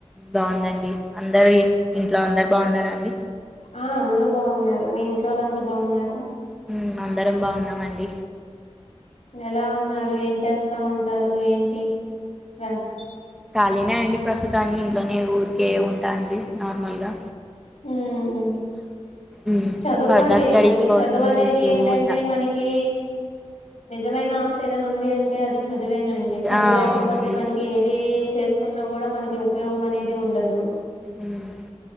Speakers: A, in the centre; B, on the left.
A: బాగుందండి అందరు ఇంట్లో అందరు బాగున్నారండి
B: ఆ అందరూ బాగున్నారు మీ ఇంట్లో వాళ్ళు అందరు బాగున్నారుారా
A: హ్మ్ అందరం బాగున్నామండి
B: ఎలా ఉన్నారు ఏం చేస్తా ఉంటారు ఏంటి బ్యామ్
A: ఖాళీనే అండి ప్రస్తుతాన్ని ఇంట్లోనే ఊరికే ఉంటా అండి నార్మల్గా
B: ఉమ్
A: మ్మ్
B: చదువుకోండి
A: ఫర్దర్ స్టడీస్
B: మనకి
A: కోసం
B: చదువు అనేది
A: చూస్తూ
B: ఏంటంటే
A: ఉంటా
B: మనకి నిజమైన ఆస్తి ఏదైనా ఉంది అంటే అది చది చదివేనండి చదువులేకపోతే
A: ఆ అవునండి
B: మనకి ఏది చేసుకున్నా కూడా మనకి ఉపయోగం అనేది ఉండదు
A: మ్మ్